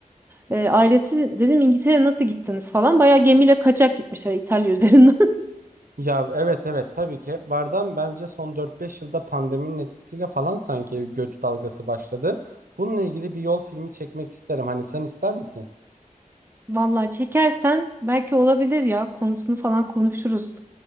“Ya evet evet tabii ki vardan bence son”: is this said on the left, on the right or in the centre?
Right